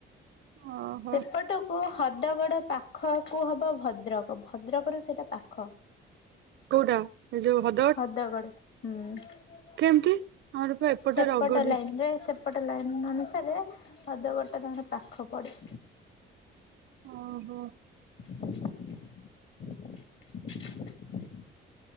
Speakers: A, on the right; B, on the left.
A: ଓହୋ
B: ସେପଟକୁ ହ୍ରଦଗଡ ପାଖ କୁ ହବ ଭଦ୍ରକ ଭଦ୍ରକରୁୁ ସେଇଟା ପାଖ।
A: କୋଉଟା ସେ ଯୋଉ ହଦ
B: ହଦଗଡ ହୁଁ
A: କେମିତି ଆମର ପା ଏପଟେ
B: ସେପଟ
A: ରଗଡି
B: ଲାଇନ ରେ ସେ ଏପଟ ଲାଇନ୍ ଅନୁସାରେ ହଦଗଡ ଟା ତାଙ୍କର ପାଖ ପଡ଼େ।
A: ଓହୋ
B: <inaudible>